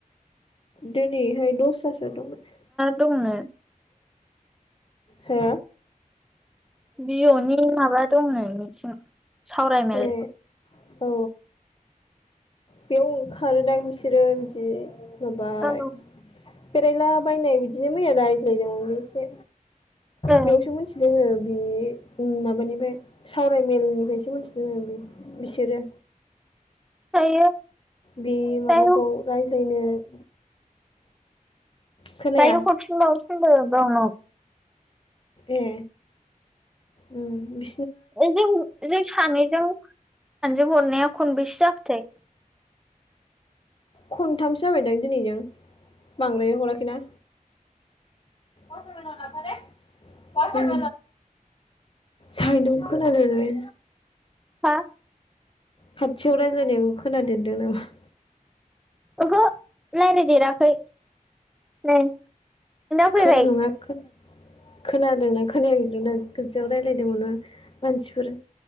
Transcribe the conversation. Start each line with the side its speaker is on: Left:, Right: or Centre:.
Left: दिनैहाय दस्रासो दंमोन
Centre: दंनो
Left: हो
Centre: <unintelligible> नि माबा दंनो मिथिं सावरायमेल
Left: ए औ बेयाव ओंखारोदां बिसोरो बिदि सबाय
Centre: औ
Left: बेरायला बायनाय बिदिनो मैया रायज्लायदोंमोनलै इसे।
Centre: ओं
Left: बेयावसो मिथिदोंनो। बे माबानिफ्राय सावरायमेलनिफ्रायसो मोनथि दोंनो <unintelligible> बिसोरो
Centre: <unintelligible>
Left: बे माबाखौ
Centre: दायो
Left: रायज्लायनो <inaudible> खोनाया
Centre: दायोबो हरफिन बावनो थिनदों गावनाव।
Left: ए उम बि
Centre: जों जों सानैजों सानैजों हरनाया खनबेसे जा खोथाय
Left: खनथामसो जाबायदां दिनैजों। बांद्राय हराखैना। <inaudible> उम साइदयाव खोनादो लै।
Centre: हा
Left: खाथियाव रायज्लायनायखौ खोनादेरदों नामा?
Centre: ओहो। लायरायदेेराखै नै नोंना फैबाय
Left: खोन नङा <unintelligible> खोनादोंना खोनायाखै नोंदो आं खोनसेयाव रायलायदोमोन ना मानसिफोर